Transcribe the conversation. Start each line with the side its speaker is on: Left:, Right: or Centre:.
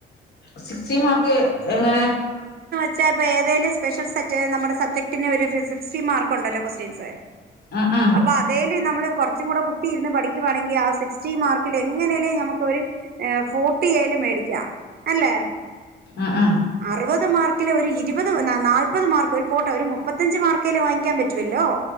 Left: സിക്സ്റ്റി മാർക്ക് എങ്ങനെ?
Right: ച്ച പ്പേതേലും സ്‌പെഷൽ സെറ്റ് നമ്മടെ സബ്ജക്റ്റിന് ഒരു ഫിഫ് സിക്സ്റ്റി മാർക്കുണ്ടല്ലോ കൊസ്റ്റ്യൻസ്
Left: ഉം ഉം
Right: അപ്പൊ അതേല് നമ്മള് കൊർ ച്ചും കൂടെ കു ത്തി ഇരുന്ന് പഠിക്കുവാണെങ്കിൽ ആ സിക് സ്റ്റി മാർക്കില് എങ്ങനേലും നമുക്കൊരു ഏഹ് ഫോർട്ടിയേലും മേടി ക്ക്യാ അല്ലേ
Left: ഉം ഉം
Right: അറുവത് മാർക് ക്കില് ഒരു ഇരുവത് ന് നാ നാല്പത് മാർക്ക് ഒരു പോട്ടെ ഒരു മുപ്പത്തഞ്ച് മാർക്കേലും വാങ്ങിക്കാൻ പറ്റുവല്ലോ